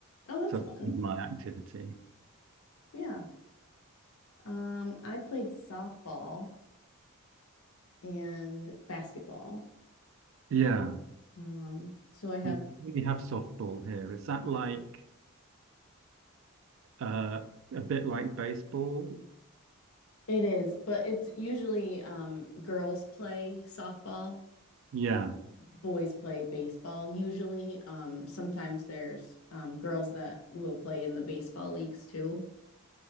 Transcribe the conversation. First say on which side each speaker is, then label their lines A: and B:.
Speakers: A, on the left; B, on the right.
A: Oh, that's
B: So that
A: fun.
B: was my activity.
A: Yeah. Um, I played softball and basketball.
B: Yeah.
A: Um, so I have
B: We don't really have softball here. Is that like uh a bit like baseball?
A: It is, but it's usually um, girls play softball,
B: Yeah,
A: boys play baseball. Usually, um, sometimes there's um, girls that will play in the baseball leagues too.